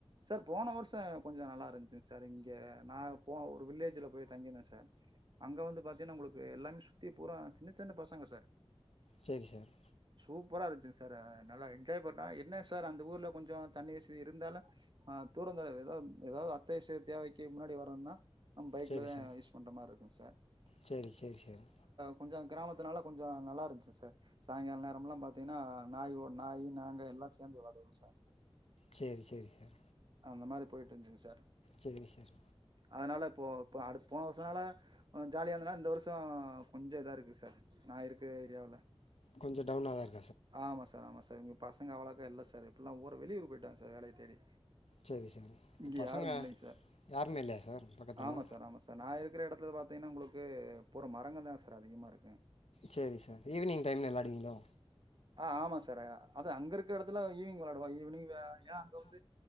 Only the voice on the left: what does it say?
சரி சார்
சரி சார்
சரி சரி சார்
சரி சரி சரி
சரி சார்
கொஞம் டனாக த இருக்கு
சரி சார் இப்ப
பசங்க
யாருமே இல்லையா சார் பக்கத்துல
சரி சார் ஈவினிங் டைம் நல்லாடிங்களோ